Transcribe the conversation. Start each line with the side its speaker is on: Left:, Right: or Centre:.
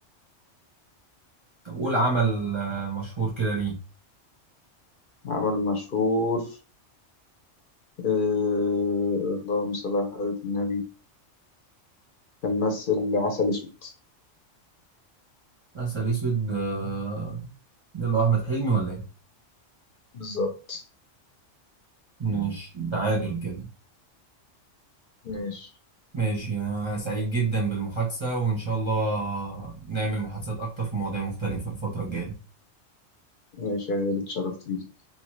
Right: طب قول عمل آه، مشهور كده ليه
Left: عمل مشهور آه، اللهم صل على حضرة النبي كان ممثل عسل أسود
Right: عسل أسود آه، ده اللي هو أحمد حلمي ولا إيه
Left: بالظبط
Right: ماشي تعادل كده
Left: ماشي
Right: ماشي أنا سعيد جدا بالمحادثة وإن شاء الله نعمل محادثات أكتر في مواضيع مختلفة الفترة الجاية
Left: ماشي يا غالي اتشرفت بيك